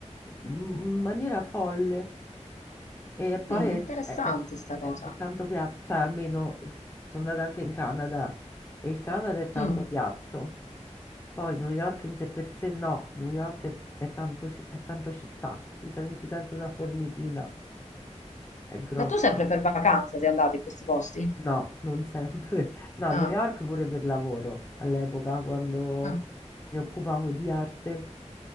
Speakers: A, on the left; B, on the left.
A: in in maniera folle. E poi
B: Mm,
A: è,
B: interessante
A: è- è-
B: sta
A: è-
B: cosa.
A: è tanto piatto, cioè almeno il- sono andata anche in Canada e il Canada è tanto
B: Mm.
A: piatto. Poi New York in sé per sé no, New York è, è tanto, ci- è tanto città, ti senti tanto una formichina, è grossa.
B: Ma tu sempre per vacanza sei andato in questi posti?
A: No, non sempre. No, a
B: Ah,
A: New York pure per lavoro all'epoca, quando
B: ah.
A: mi occupavo di arte.